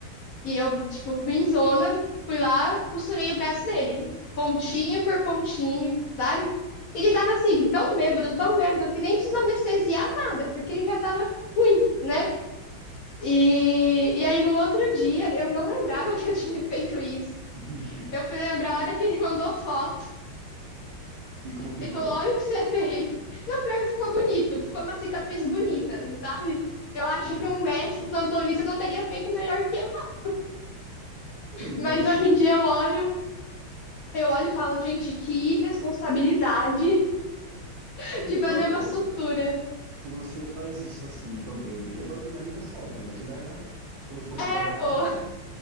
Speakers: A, on the left; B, on the right.
A: E eu, tipo, ruinzona, fui lá, costurei o braço dele, pontinho por pontinho, sabe? Ele tava assim, tão bêbado, tão bêbado, que nem precisou anestesiar nada, porque ele já tava ruim, né? E, e aí no outro dia, eu não lembrava <laughs> que eu tinha feito isso.
B: <laughs>
A: Eu fui lembrar a hora que ele mandou foto.
B: E como ficou?
A: Ele falou: Olha o que você <laughs> fez. Não, pior que ficou bonito, ficou uma cicatriz bonita, sabe? Eu acho
B: <laughs>
A: que um médico plantonista não teria feito melhor que eu, né?
B: Hum,
A: mas
B: então, se...
A: hoje em dia eu olho, eu olho e falo, gente, que responsabilidade <laughs>
B: Olha
A: de
B: pelo
A: fazer
B: lado
A: uma
B: bom.
A: sutura.
B: Se você faz isso assim, tão bem bêbado, imagina sóbrio. Imagina quando for
A: É,
B: ir trabalhar
A: pô,
B: mesmo.